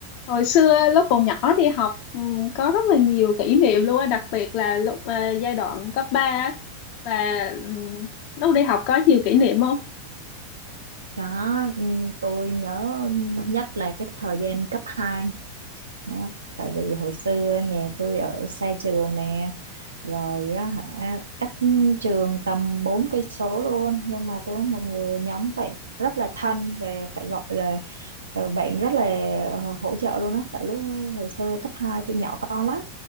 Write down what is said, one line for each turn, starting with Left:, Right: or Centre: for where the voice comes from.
Left: hồi xưa lúc còn nhỏ đi học ừ, có rất là nhiều kỷ niệm luôn á đặc biệt là lúc ờ, giai đoạn cấp 3 á. và ừ, lúc đi học có nhiều kỷ niệm không
Right: Đó, ừm, tôi nhớ nhất là cái thời gian cấp 2, đó. Tại vì hồi xưa nhà tôi ở xa trường nè, rồi á hả cách trường tầm 4 cây số luôn, nhưng mà tôi có một người nhóm bạn rất là thân về phải gọi là ờ, bạn rất là ờ, hỗ trợ luôn á, tại lúc hồi xưa cấp 2 tôi nhỏ con lắm.